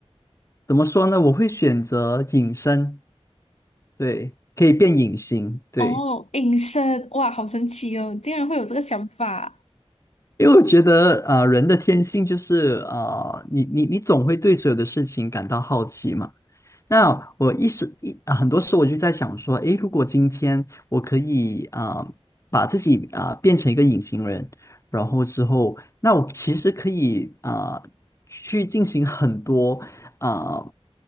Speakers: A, on the left; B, on the left.
A: 怎么说呢？我会选择隐身，对，可以变隐形，对，
B: 哦，隐身，哇，好神奇哦，竟然会有这个想法。
A: 因为我觉得，呃，人的天性就是，呃，你你你总会对所有的事情感到好奇嘛。那我一时一啊很多时候我就在想说，诶，如果今天我可以啊、把自己啊、变成一个隐形人，然后之后，那我其实可以啊、去进行很多啊